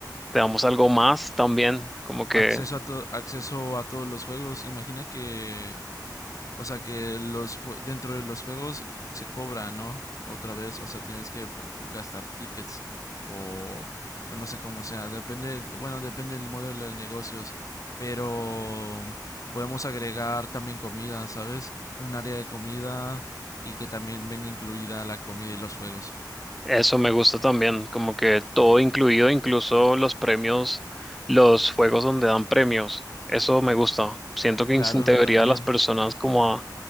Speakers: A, in the centre; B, on the left.
A: te damos algo más también, como que
B: acceso a, to- acceso a todos los juegos. Imagina que, o sea, que los jue- dentro de los juegos se cobra, ¿no? Otra vez, o sea, tienes que po- gastar tickets o, o no sé cómo sea. Depende, bueno, depende del modelo de negocios, pero podemos agregar también comida, ¿sabes? Un área de comida y que también venga incluida la comida y los juegos.
A: Eso me gusta también, como que todo incluido, incluso los premios, los juegos donde dan premios. Eso me gusta. Siento que
B: Claro,
A: integraría
B: también.
A: a las personas como a...